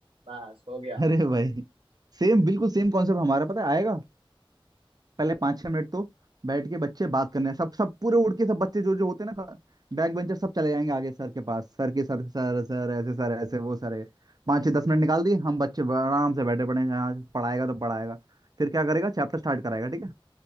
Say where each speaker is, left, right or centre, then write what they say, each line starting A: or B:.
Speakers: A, on the right (about 75°); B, on the right (about 45°).
A: बस हो गया
B: अरे भाई सेम बिल्कुल सेम कॉन्सेप्ट हमारा पता है आएगा पहले पाँच छह मिनट तो बैठ के बच्चे बात करने हैं। सब सब पूरे उड़ के सब बच्चे जो जो होते हैं ना बैक बेंचर सब चले जाएंगे आगे सर के पास सर के सर सर सर ऐसे सर ऐसे वो सर है पाँच छह दस मिनट निकाल दिए हम बच्चे आराम से बैठे पड़े हैं, यहाँ पढ़ाएगा तो पढ़ाएगा फिर क्या करेगा चैप्टर स्टार्ट कराएगा ठीक है